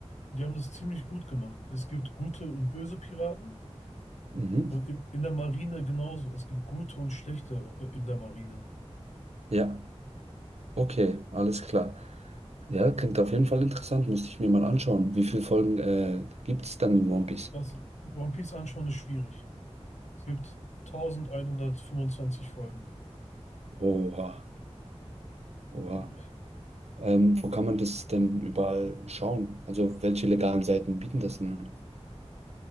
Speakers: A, on the left; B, on the right.
A: die haben das ziemlich gut gemacht. Es gibt gute und böse Piraten
B: Mhm.
A: und in, in der Marine genauso. Es gibt gute und schlechte äh, in der Marine.
B: Ja, okay, alles klar. Ja, klingt auf jeden Fall interessant, müsste ich mir mal anschauen. Wie viele Folgen, äh, gibt es dann in One Piece?
A: Was One Piece anschauen ist schwierig. Es gibt 1125 Folgen.
B: Oha, oha.
A: Ja.
B: Ähm, wo kann man das denn überall schauen? Also welche legalen Seiten bieten das denn an?